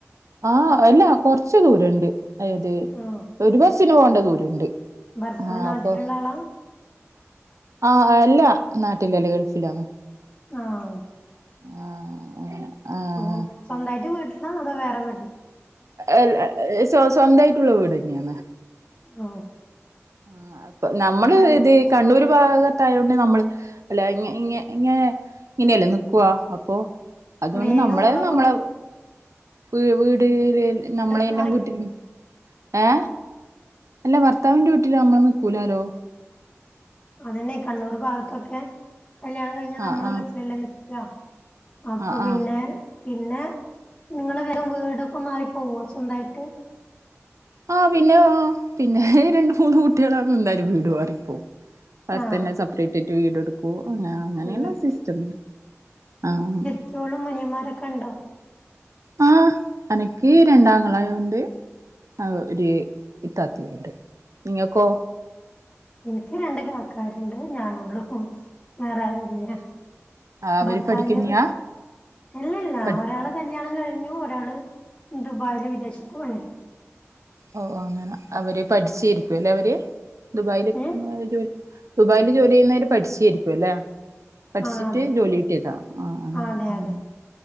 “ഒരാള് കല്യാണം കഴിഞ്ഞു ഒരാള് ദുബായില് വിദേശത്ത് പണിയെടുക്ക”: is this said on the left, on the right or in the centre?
Left